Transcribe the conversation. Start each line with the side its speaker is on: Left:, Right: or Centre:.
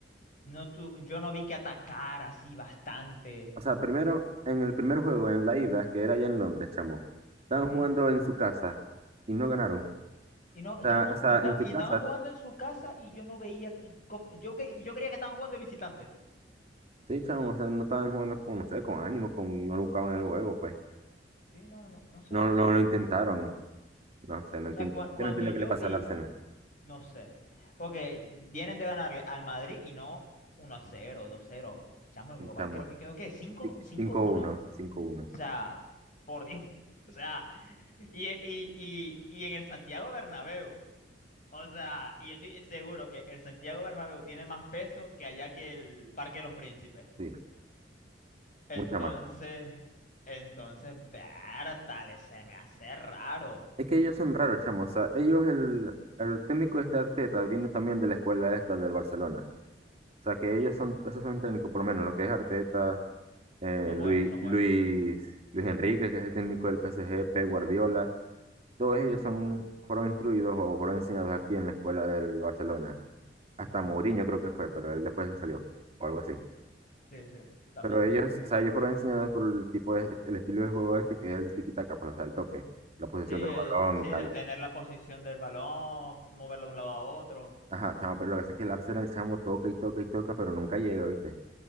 Left: No tu- yo no vi que atacara así bastante.
Right: O sea, primero, en el primer juego, en la ida, que era allá en Londres, chamo, estaban
Left: Ujú.
Right: jugando en su casa y no ganaron. O
Left: Y no,
Right: sea,
Left: chamo,
Right: o sea,
Left: y, esta-
Right: en su
Left: y
Right: casa,
Left: estaban jugando en su casa y yo no veía. en- cómo- yo, que- yo creía que estaban jugando de visitante.
Right: sí, chamo, o sea, no estaban jugando con, no sé, con ánimo, con, no lo buscaban el juego, pues.
Left: Sí, no, no, no sé,
Right: No,
Left: no
Right: no
Left: sé.
Right: lo intentaron. No sé, no entiendo.
Left: O sea, cua- cuando
Right: Yo no entiendo
Left: yo
Right: qué le pasa
Left: vi,
Right: al Arsenal.
Left: no sé. Porque vienen de ganarle al Madrid y no uno a cero, dos cero, Chamo, el
Right: Sí,
Left: global
Right: chamo,
Left: creo que quedó, ¿qué? cinco,
Right: Sí,
Left: 5-1.
Right: Cinco uno, cinco uno,
Left: O sea, por Dios. <laughs> O sea, y, y, y, y en el Santiago Bernabéu. O sea, y yo estoy seguro que el Santiago Bernabéu tiene más peso que allá que el Parque de los Príncipes.
Right: sí,
Left: Entonces,
Right: mucha más.
Left: entonces, Bertales, se me hace raro.
Right: Es que ellos son raros, chamo. O sea, ellos, el, el técnico de este Arteta viene también de la escuela esta del Barcelona. O sea, que ellos son, esos son técnicos, por lo menos lo que es Arteta, eh,
Left: Son buenos,
Right: Luis,
Left: son
Right: Luis,
Left: buenos.
Right: Luis Enrique, que es el técnico del PSG, Pep Guardiola. Todos ellos son, fueron instruidos o fueron enseñados aquí en la escuela del Barcelona. Hasta
Left: Ujú.
Right: Mourinho creo que fue, pero él después se salió, o algo así.
Left: Sí, sí, también
Right: Pero
Left: sí.
Right: ellos, o sea, ellos fueron enseñados por el tipo de, el estilo de juego este, que es el tiki-taka, pues, o sea, el toque, la posesión
Left: Sí, eh,
Right: del balón
Left: sí,
Right: y tal.
Left: de tener la posición del balón, moverlo de un lado a otro.
Right: Ajá, chamo, pero lo que pasa es que el Arsenal, chamo, toca y toca y toca, pero nunca llega, ¿viste?